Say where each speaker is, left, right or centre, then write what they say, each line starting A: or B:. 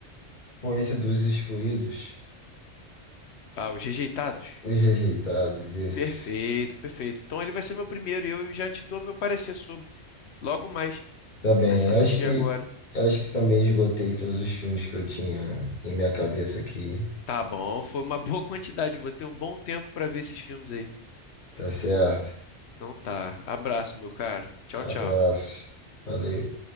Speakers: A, on the left; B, on the left.
A: com esse dos excluídos,
B: Ah, Os Rejeitados.
A: os rejeitados, esse.
B: Perfeito, perfeito. Então ele vai ser meu primeiro e eu já te dou meu parecer sobre. Logo mais.
A: Tá
B: Vou
A: bem,
B: começar a
A: acho
B: assistir
A: que
B: agora.
A: acho que também esgotei todos os filmes que eu tinha em minha cabeça aqui.
B: Tá bom, foi uma boa quantidade. Vou ter um bom tempo para ver esses filmes aí.
A: Tá certo.
B: Então tá. Abraço, meu caro. Tchau,
A: Abraço.
B: tchau.
A: Valeu.